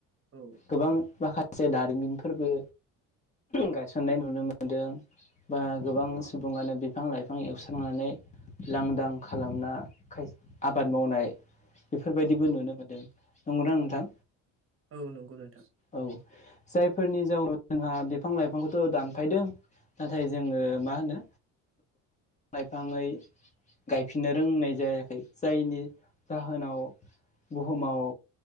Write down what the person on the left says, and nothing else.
गोबां माखासे दारिमिनफोरबो गायसननाय नुनो मोनदों बा गोबां सुबुङानो बिफां लाइ बिफां एवस्रांनानै लांदां खालामना खाय आबाद मावनाय। बेफोरबायदिबो नुनो मोन्दों नंगौदा नोंथां।
औ जायफोरनि जाउनाव जोंहा बिफां लाइफांखौथ' दानफायदों। नाथाय जोङो मा होनो लाइफांङै गायफिननो रोंनाय जायाखै जायनि जाहोनाव बुहुमाव